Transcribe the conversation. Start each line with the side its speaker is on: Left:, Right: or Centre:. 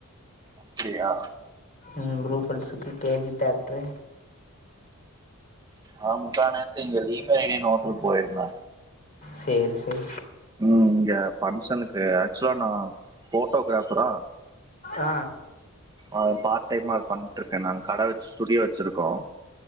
Right: அப்டியா
Left: ம் ப்ரூஃபுல்ஸுக்கு கே ஜி தேட்ரு
Right: ஆ முந்தா நேத்து இங்க லீ மெரிடியன் ஹோட்டல் போயிருந்த
Left: சேரி சேரி
Right: ம் இங்க ஃபங்க்ஷனுக்கு ஆக்சுலா நா ஃபோட்டோகிராஃபரா
Left: ஆ
Right: ஆ த பார்ட் டைமா அது பண்ட்டு இருக்கே நாங்க கட வச் ஸ்டுடியோ வச்சிருக்கோ